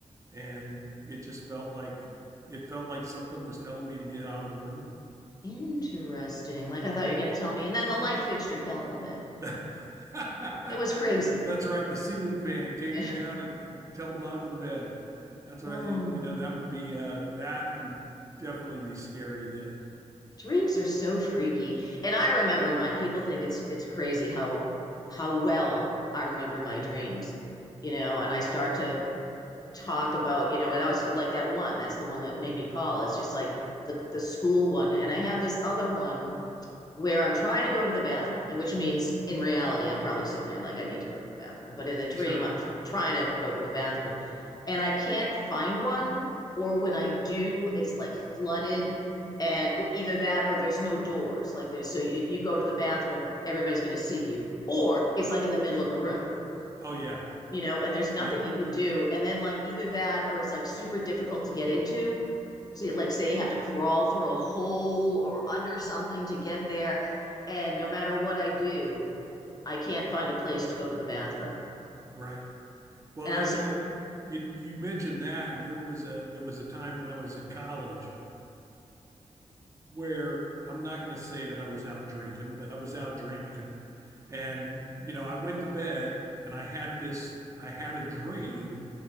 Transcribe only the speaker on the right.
and it just felt like it felt like something was telling me to get out of the room.
<laughs>
That's right. The ceiling fan came
down
and tumbled onto the bed. That's
right. It, you know, that would be uh that would definitely be scary then.
Sure.
Oh yeah.
Yep.
Right. Well,
there,
you
know, you you mentioned that, and there was a there was a time when I was in college where I'm not going to say that I was out drinking, but I was out drinking, and you know, I went to bed and I had this I had a dream